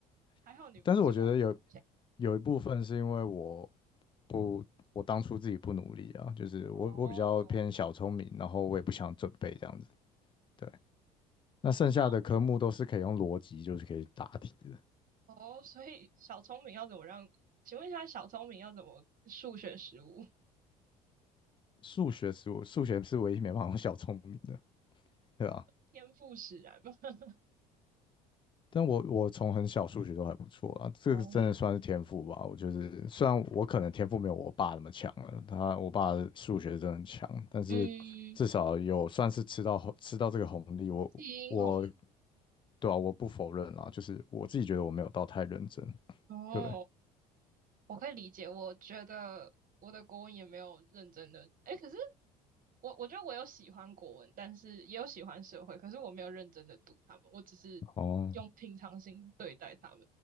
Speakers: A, on the right (about 45°); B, on the left (about 25°).
A: 还好你不是外国人
B: <laughs> 但是我觉得有有一部分是因为我不我当初自己不努力啊，就是我我比较偏小聪明，
A: 哦
B: 然后我也不想准备这样子。对，那剩下的科目都是可以用逻辑就是可以答题的。
A: 小哦，所以小聪明要怎么让？请问一下，小聪明要怎么数学十五？
B: 数学是我数学是唯一没办法用小聪明的，对吧？
A: 天赋使然吗？<laughs>
B: 但我我从很小数学都还不错啊，这个真的算是天赋吧。
A: 哦，
B: 我就是虽然我可能天赋没有我爸那么强了，他我爸数学真的很强，但是至少有算是吃到红吃到这个红利。
A: 嗯，
B: 我我
A: 基因红
B: 对啊，我不否认啦，就是我自己觉得我没有到太认真。
A: 哦。
B: 对，
A: 我可以理解，我觉得我的国文也没有认真的，诶，可是我我觉得我有喜欢国文，但是也有喜欢社会，可是我没有认真的读他们，我只是用平常心对待他们，
B: 哦，